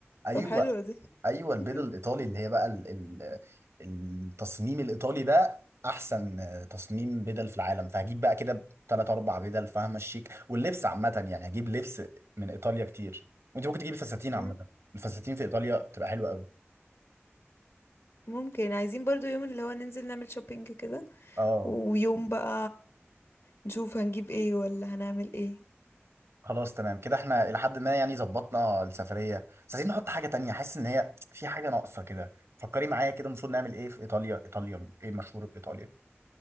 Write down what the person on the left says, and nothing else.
طب حلوه دي
<laughs>
مم.
ممكن عايزين برضو يوم اللي هو ننزل نعمل شوبينج كده
ويوم بقى نشوف هنجيب ايه ولا هنعمل ايه